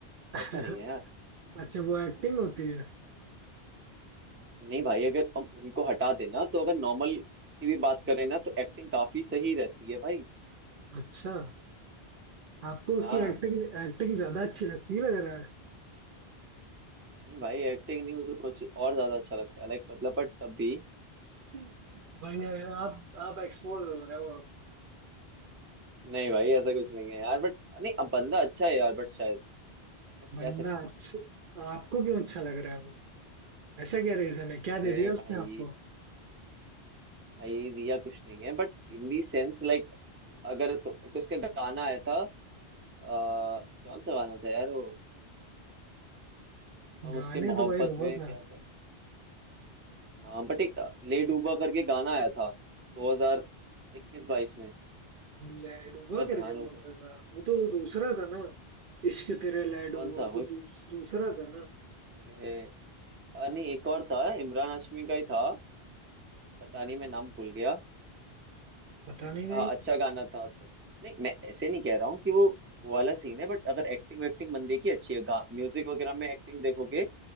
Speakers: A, on the right; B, on the right.
A: <laughs>
B: ऐसा नहीं है यार
A: अच्छा वो एक्टिंग होती है
B: नहीं भाई अगर हम उनको हटा देना तो अगर नॉर्मल उसकी भी बात करें ना तो एक्टिंग काफी सही रहती है भाई
A: अच्छा आपको उसकी
B: हाँ
A: एक्टिंग एक्टिंग ज्यादा अच्छी लगती लग रहा है
B: नहीं भाई एक्टिंग नहीं वो तो कुछ और ज्यादा अच्छा लगता है लाइक मतलब बट तब भी
A: <laughs> भाई ये आप आप एक्सपोज हो रहे हो आप
B: नहीं भाई ऐसा कुछ नहीं है यार बट नहीं अब बंदा अच्छा है यार बट शायद मैं
A: बंदा
B: कह सकता हूँ
A: अच्छा आपको क्यों अच्छा लग रहा है वो ऐसा क्या रीजन है क्या
B: अरे
A: दे दिया उसने
B: भाई
A: आपको
B: भाई दिया कुछ नहीं है but in the sense like अगर तो एक तो उसका गाना आया था आ, कौन सा गाना था यार वो हम
A: गाने
B: उसके मोहब्बत
A: तो भाई बहुत
B: में
A: है
B: क्या था हाँ बट एक ले डूबा करके गाना आया था 2021 22 में
A: ले डूबो
B: अगर
A: करके
B: ध्यान हो
A: कौन
B: तो
A: सा था वो तो दूसरा था ना इश्क तेरे ले
B: कौन
A: डूबो
B: सा
A: तो
B: वो
A: दूस, दूसरा था ना
B: अरे अ, नहीं एक और था इमरान हाशमी का ही था पता नहीं मैं नाम भूल गया
A: पता
B: बट
A: नहीं भाई
B: अच्छा गाना था तो नहीं मैं ऐसे नहीं कह रहा हूँ कि वो वो वाला सीन है बट अगर एक्टिंग वैक्टिंग बंदे की अच्छी है म्यूजिक वगैरह में एक्टिंग देखोगे